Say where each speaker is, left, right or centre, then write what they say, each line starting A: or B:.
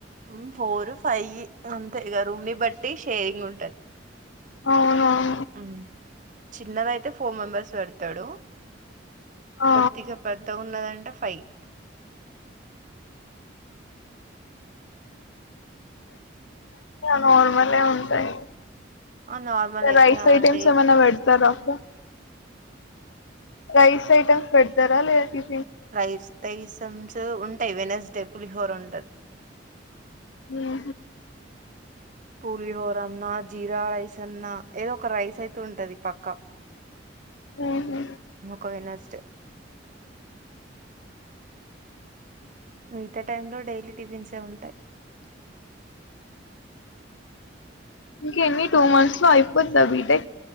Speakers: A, on the right (about 45°); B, on the left (about 80°).
A: ఉమ్ ఫోర్ ఫై అంతే ఇక రూమ్ ని బట్టి షేరింగ్ ఉంటది
B: అవును
A: ఉమ్ చిన్నదయితే ఫోర్ మెంబర్స్ పెడతాడు
B: ఆ
A: కొద్దిగా పెద్ద ఉన్నదండి ంట ఫైవ్
B: నార్మల్ ఉంటయి
A: ఆ నార్మలే
B: సయిస్ై టైమ్స్
A: డే
B: మన వెడత క్ రైస్ ఐటమ్స్ పెడతారా లేదంటే
A: రైస్ తీసంస్ ఉంటాయి వెనస్డే పులి ండ
B: ఓహ
A: పూలిహోర అన్నా జీరా రైస్ అన్నా ఏదో ఒక రైస్ అయితు ఉంటది పక్కా
B: ఉహు
A: కునా చె మీత టైమ్ లో డైలీ టిఫిన్సే ఉంటాయి
B: ఇంక ఎన్ని టూ మంత్స్ లో అయిపోందా బీటై